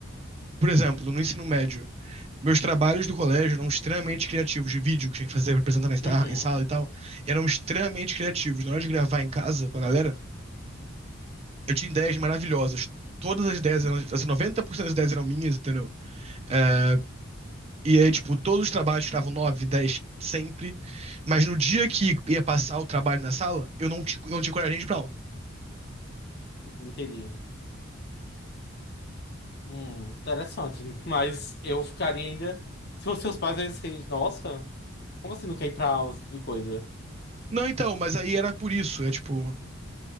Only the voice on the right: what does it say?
por exemplo, no ensino médio, meus trabalhos do colégio eram extremamente criativos, de vídeo que tinha que fazer pra apresentar na sa-
em sala e tal, eram extremamente criativos. Na hora de gravar em casa com a galera, eu tinha ideias maravilhosas. Todas as ideias eram, assim, 90% das ideias eram minhas, entendeu? É, E aí, tipo, todos os trabalhos estavam 9 10 sempre. Mas no dia que ia passar o trabalho na sala, eu não, ti- eu não tinha coragem de ir pra aula.
Não, então, mas aí era por isso. É tipo.